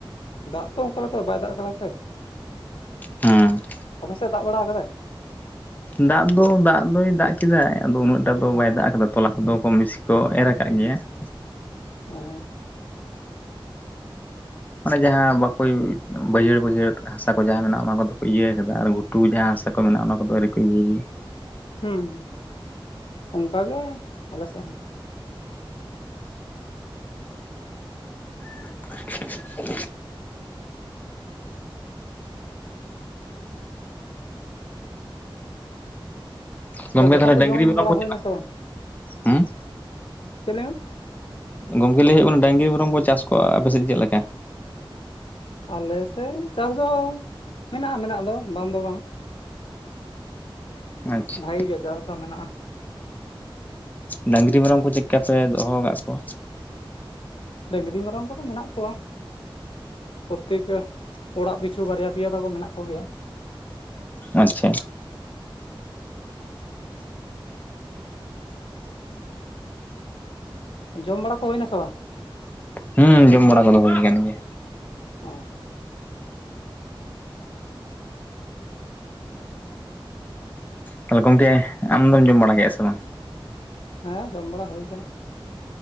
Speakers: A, on the left; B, on the left.
A: ᱫᱟᱜ ᱛᱚ ᱚᱝᱠᱟ ᱞᱮᱠᱟ ᱵᱟᱭ ᱫᱟᱜ ᱠᱟᱫᱟ ᱥᱮ,
B: ᱦᱮᱸ
A: ᱟᱯᱮᱥᱮᱫ ᱫᱟᱜ ᱵᱟᱲᱟ ᱟᱠᱟᱫᱟᱭ᱾
B: ᱫᱟᱜ ᱫᱚ ᱫᱟᱜ ᱫᱚᱭ ᱫᱟᱜ ᱠᱮᱫᱟᱭ ᱟᱫᱚ ᱩᱱᱟᱹᱜ ᱴᱟ ᱫᱚ ᱵᱟᱭ ᱫᱟᱜ ᱟᱠᱟᱫᱟ ᱛᱚᱞᱟ ᱠᱚᱫᱚ ᱠᱚᱢ ᱵᱮᱥᱤ ᱠᱚ ᱮᱨ ᱟᱠᱟᱜ ᱜᱮᱭᱟ ᱾ <inaudible>
A: ᱚ᱾
B: ᱟᱱᱮ ᱡᱟᱦᱟᱸ ᱵᱟᱠᱚ ᱵᱟᱹᱭᱦᱟᱹᱲ ᱵᱟᱹᱭᱦᱟᱹᱲ ᱦᱟᱥᱟ ᱠᱚ ᱡᱟᱦᱟᱸ ᱢᱮᱱᱟᱜᱼᱟ ᱚᱱᱟ ᱠᱚᱫᱚ ᱠᱚ ᱤᱭᱟᱹ ᱟᱠᱟᱫᱟ ᱜᱷᱩ ᱴᱩ ᱡᱟᱦᱟᱸ ᱦᱟᱥᱟ ᱠᱚ ᱢᱮᱱᱟᱜᱼᱟ ᱚᱱᱟ ᱠᱚᱫᱚ ᱟᱹᱨᱤ ᱠᱚ ᱤᱭᱟᱹᱭ ᱜᱮᱭᱟ᱾
A: ᱦᱩᱸ ᱦᱩᱸ ᱚᱝᱠᱟ ᱜᱮ ᱟᱞᱮ ᱥᱮᱫ ᱦᱚᱸ ᱾
B: <unintelligible> ᱜᱚᱢᱠᱮ
A: ᱛᱚ ᱫᱟᱠᱟ
B: ᱛᱟᱦᱞᱮ
A: ᱠᱚ
B: ᱰᱟᱝᱨᱤ
A: ᱡᱚᱢ
B: ᱢᱮᱨᱚᱢ
A: ᱵᱟᱲᱟ
B: ᱠᱚ
A: ᱦᱩᱭᱱᱟ ᱥᱮ ᱵᱟᱝ
B: <unintelligible>
A: ᱪᱮᱫ ᱞᱟᱹᱭ ᱢᱮ
B: ᱜᱚᱢᱠᱮ ᱞᱟᱹᱭ ᱦᱳᱭᱳᱜ ᱠᱟᱱᱟ ᱰᱟᱝᱜᱤ ᱢᱮᱨᱚᱢ ᱠᱚ ᱪᱟᱥ ᱠᱚ ᱟᱯᱮᱥᱮᱫ ᱪᱮᱫ ᱞᱮᱠᱟ?
A: ᱟᱞᱮᱥᱮᱫ ᱪᱟᱥ ᱫᱚ ᱢᱮᱱᱟᱜᱼᱟ ᱢᱮᱱᱟᱜ ᱫᱚ ᱵᱟᱝ ᱫᱚ ᱵᱟᱝ ᱾
B: ᱟᱪᱪᱷᱟ
A: ᱵᱷᱟᱹᱜᱤ ᱜᱮ ᱪᱟᱥ ᱫᱚ ᱢᱮᱱᱟᱜᱼᱟ ᱾
B: ᱰᱟᱹᱝᱨᱤ ᱢᱮᱨᱚᱢ ᱠᱚ ᱪᱮᱫᱠᱟ ᱯᱮ ᱫᱚᱦᱚ ᱠᱟᱜ ᱠᱚᱣᱟ?
A: ᱰᱟᱹᱝᱨᱤ ᱢᱮᱨᱚᱢ ᱠᱚᱫᱚ ᱢᱮᱱᱟᱜ ᱠᱚᱣᱟ ᱾ ᱯᱨᱚᱛᱛᱮᱠ ᱚᱲᱟᱜ ᱯᱤᱪᱷᱩ ᱵᱟᱨᱭᱟ ᱯᱮᱭᱟ ᱛᱟᱠᱚ ᱢᱮᱱᱟᱜ ᱠᱚᱜᱮᱭᱟ᱾
B: ᱟᱪᱪᱷᱟ᱾
A: ᱡᱚᱢ ᱵᱟᱲᱟ ᱠᱚ ᱦᱩᱭᱱᱟ ᱥᱮ ᱵᱟᱝ?
B: ᱦᱩᱸ ᱡᱚᱢ ᱵᱟᱲᱟ ᱠᱚᱫᱚ ᱦᱩᱭ ᱟᱠᱟᱱ ᱜᱮᱭᱟ ᱾
A: ᱚ
B: ᱛᱟᱦᱞᱮ ᱜᱚᱢᱠᱮ ᱟᱢᱫᱚᱢ ᱡᱚᱢ ᱵᱟᱲᱟ ᱠᱮᱫ-ᱟ ᱥᱮ ᱵᱟᱝ
A: ᱦᱮᱸ ᱡᱚᱢ ᱵᱟᱲᱟ ᱦᱩᱭ ᱠᱟᱱᱟ